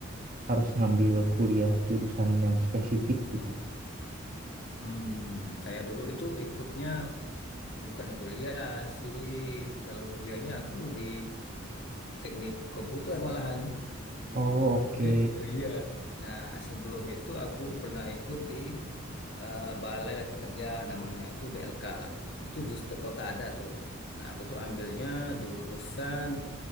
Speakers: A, on the right; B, on the left.
A: harus ngambil kuliah jurusan yang spesifik gitu?
B: hmm saya dulu itu ikutnya bukan kuliah sih kalau kuliahnya aku di teknik komputer malahan
A: Oh oke,
B: Kayak gitu, iya. Nah, sebelum itu aku pernah ikut di eh, Balai Latihan Kerja namanya, itu BLK lah. Itu di setiap kota ada tuh. Nah, aku tuh ambilnya jurusan